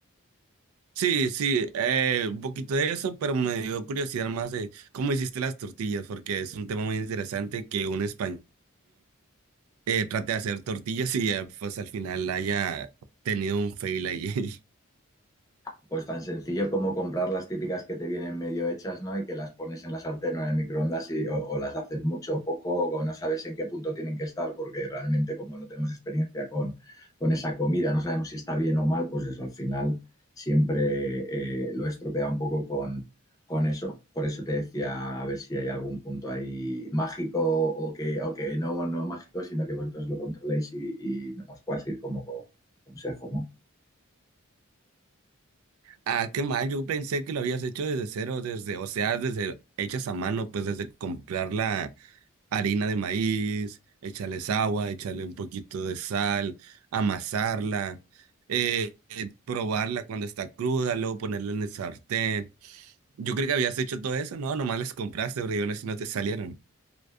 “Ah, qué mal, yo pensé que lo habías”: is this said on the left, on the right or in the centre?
Right